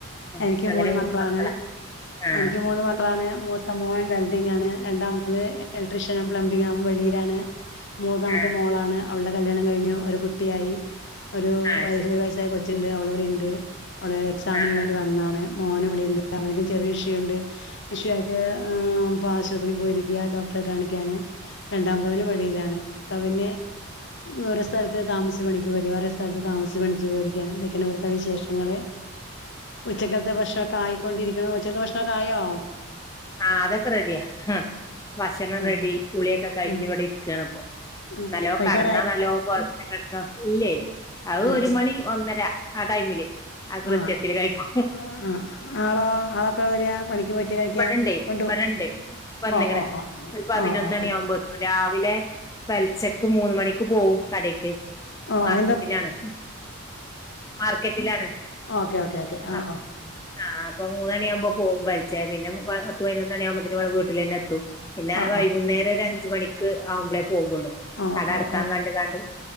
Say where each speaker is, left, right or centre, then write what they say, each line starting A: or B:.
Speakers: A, on the left; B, on the left.
A: ഉം,
B: എനിക്ക്
A: അങ്ങനെ
B: മൂന്ന് മക്കളാണ്
A: മക്കളാ ആഹ്
B: എനിക്ക് മൂന്ന് മക്കളാണ് മൂത്ത മോൻ വെൽഡിംഗ് ആണ്, രണ്ടാമത്തത് ഇലക്ട്രീഷ്യനും പ്ലംബിംഗും, അവൻ വെളിയിലാണ് മൂന്നാമത്തെ
A: ആഹ്
B: മോളാണ് അവള്ളെ കല്യാണം കയിഞ്ഞു ഒരു കുട്ടിയായി ഒരു
A: ആഹ്
B: വയ
A: ശരി
B: ഒരു വയസ്സായി കൊച്ചുണ്ട് അവളിവിടെണ്ട് അവള് എക്സാമിന്
A: ആഹ്
B: വേണ്ടി വന്നാണ് മോനും ഇവിടുണ്ട് അവനിക്കും ചെറിയ ഇഷ്യൂ ഉണ്ട് ഇഷ്യൂ ആയിട്ട് ഇപ്പൊ ആശുപത്രിക്ക് പോയിരിക്കുക ഡോക് ട്ടരേ കാണിക്കാന് രണ്ടാം മകന് വെളിയിലാണ് ഇക്ക പിന്നെ ഓരോ സ്ഥലത്തെ താമസിച്ച് പണിക്ക് പോയി ഓരേ സ്ഥലത്ത് താമസിച്ച് പണിക്ക് പോയിരിക്കുകയാണ് ഇതൊക്കെയാണ് ഇവിട്ത്തെ വിശേഷം ങ്ങള് ഉച്ചക്കത്തെ ഭക്ഷണംക്കെ ആയിക്കൊണ്ടിരിക്ക്ണു ഉച്ചക്കെത്തെ ഭക്ഷണൊക്കെ ആയോ
A: ആ അതൊക്കെ റെഡിയാ ഹ് ഭക്ഷണം
B: ആ
A: റെഡി
B: ആ
A: കുളിയൊക്കെ കഴിഞ്ഞ്
B: ആ
A: ഇവിടെ ഇരിക്കാണ്പ്പോ
B: ആ
A: നല്ലോ
B: കഴിക്കാറായി
A: കടന്നാ നല്ലോ പോത്ച്ച് കെട്ക്കാ ഇല്ലേ അത്
B: ആ
A: ഒരു മണി ഒന്നര ആ ടൈമില് ആകൃത്തിയത്തില്
B: ആ ആ
A: കൈക്കും
B: ആ ആ ആളോ ആളെപ്പ വെരാ പണിക്ക് പോയിട്ട് കഴിക്കാൻ
A: ബടണ്ടേ
B: കൊണ്ട് ഓ
A: ബടെണ്ട് വന്ന്ക്ക്ണ്
B: ഓ ഓ
A: ഒരു പതിനൊന്നണി
B: ഓ ഓ ഓക്കെ
A: ആകുമ്പോ എത്തും രാവിലെ പെല്ച്ചക്ക് മൂന്ന് മണിക്ക് പോവും കടീക്ക്
B: ഓ
A: മാർക്കറ്റിലാണ്
B: എന്താ
A: മാർക്കറ്റിലാണ്
B: ഓക്കെ ഓക്കെ ഓക്കെ ആ
A: ആഹ്
B: ഓ
A: ആ അപ്പം മൂന്നണിയാകുമ്പോ പോകും പെല്ചെ പിന്നെ പ പത്ത് പൈനൊന്നണി ആകുമ്പോത്തിന് ഇബേടെ വീട്ടിലെന്നെത്തും പിന്നെ
B: ആ
A: വൈകുന്നേരം
B: ആ
A: ഒരു അഞ്ച് മണിക്ക് ആകുമ്പോഴേ പോകുള്ളൂ
B: ആ ഓ
A: കട
B: ഓ
A: അടക്കാൻ
B: ഓ
A: കണ്ട് കാണ്ട്